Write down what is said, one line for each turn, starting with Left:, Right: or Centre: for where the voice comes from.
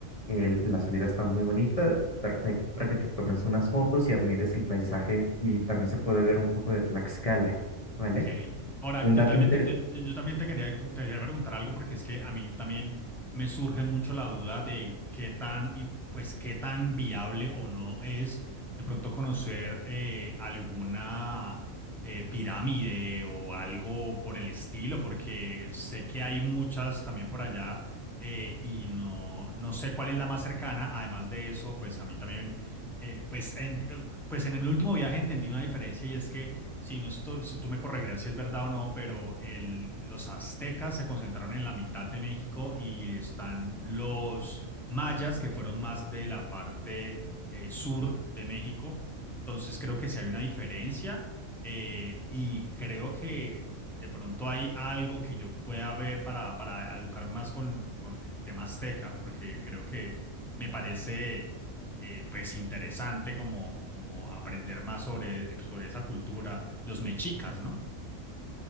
Left: el- la subida está muy bonita, perfecto para que te tomes unas fotos y admires el paisaje, y también se puede ver un poco de Tlaxcala, ¿vale?
Centre: Ok. Ahora,
Left: Un
Centre: yo
Left: dato
Centre: también
Left: interesante,
Centre: te, yo, yo- yo también te quería, te quería preguntar algo porque es que a mí también me surge mucho la duda de qué tan, im- pues, qué tan viable o no es de pronto conocer eh, alguna eh, pirámide o algo por el estilo, porque sé que hay muchas también por allá eh, y no, no sé cuál es la más cercana. Además de eso, pues a mí también, eh, pues, en, eh, pues en el último viaje entendí una diferencia y es que si, no estoy- si tú me corregirás si es verdad o no, pero el- los aztecas se concentraron en la mitad de México y están los mayas que fueron más de la parte eh, sur de México. Entonces creo que sí hay una diferencia eh, y creo que de pronto hay algo que yo pueda ver para, para educarme más con, con el tema azteca, porque creo que me parece eh, pues interesante como, como aprender más sobre, sobre esa cultura los mechicas, ¿no?